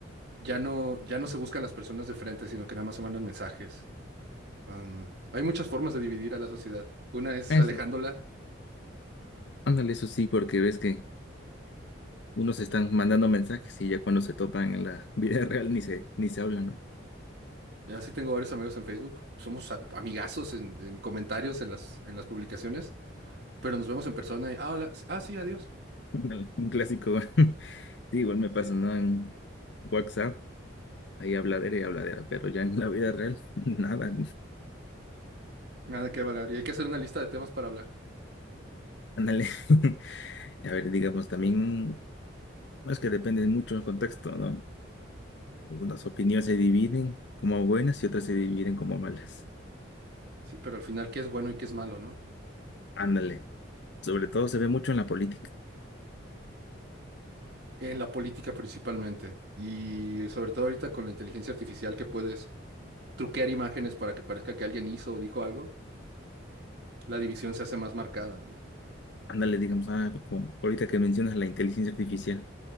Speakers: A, on the right (about 55°); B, on the left (about 60°).
A: ya no, ya no se buscan las personas de frente, sino que nada más se mandan mensajes. Am, hay muchas formas de dividir a la sociedad. Una es
B: Es-
A: alejándola.
B: ándale, eso sí, porque ves que unos están mandando mensajes y ya cuando se topan en la <laughs> vida real ni se, ni se hablan. güey.
A: Ya sí tengo varios amigos en Facebook. Somos a- amigazos en, en comentarios, en las, en las publicaciones, pero nos vemos en persona y, ah, hola, s- ah, sí, adiós.
B: Ándale, Un clásico. güey. <laughs> Sí, igual me
A: Sí,
B: pasa, ¿no? En WhatsApp, ahí habladera y habladera, pero ya en la vida real, <laughs> nada.
A: nada que hablar. Y hay que hacer una lista de temas para hablar.
B: Ándale. <laughs> A ver, digamos, también. No, Es que depende mucho del contexto, ¿no? Las opiniones se dividen como buenas y otras se dividen como malas.
A: Sí, pero al final, ¿qué es bueno y qué es malo, no?
B: Ándale. Sobre todo se ve mucho en la política.
A: En la política principalmente. Y sobre todo ahorita con la inteligencia artificial que puedes truquear imágenes para que parezca que alguien hizo o dijo algo, la división se hace más marcada, ¿no?
B: Ándale, digamos, ah, como ahorita que mencionas la inteligencia artificial,